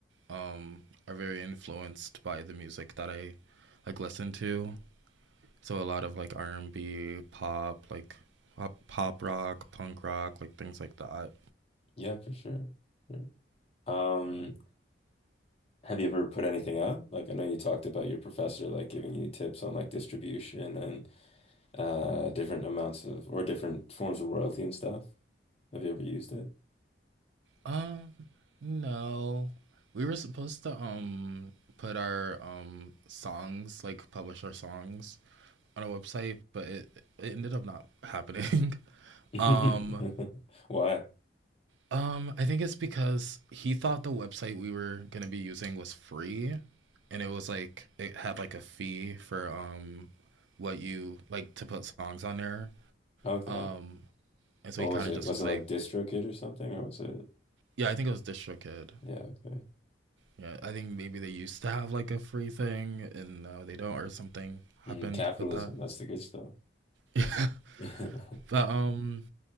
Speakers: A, on the right (about 80°); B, on the left (about 35°).
A: um are very influenced by the music that i like listen to so a lot of like r&b pop like pop, pop rock punk rock like things like that
B: yeah, for sure. Sure. Um, have you ever put anything out? Like, I know you talked about your professor like giving you tips on like distribution and uh different amounts of or different forms of royalty and stuff. Have you ever used it?
A: Um, no. We were supposed to um put our um songs, like publish our songs on a website, but it it ended up not happening. <laughs>
B: <laughs>
A: um
B: Why?
A: um I think it's because he thought the website we were going to be using was free and it was like it had like a fee for um what you like to put songs on there.
B: Okay.
A: Um and so
B: What
A: he kind
B: was it?
A: of just
B: Was
A: was
B: it
A: like,
B: like DistroKid or something, or was it?
A: yeah, I think it was DistroKid.
B: Yeah. Okay.
A: Yeah, I think maybe they used to have like a free thing and now they don't or something
B: Mm,
A: happened
B: capitalism.
A: with that.
B: That's the good stuff.
A: <laughs>
B: <laughs>
A: but um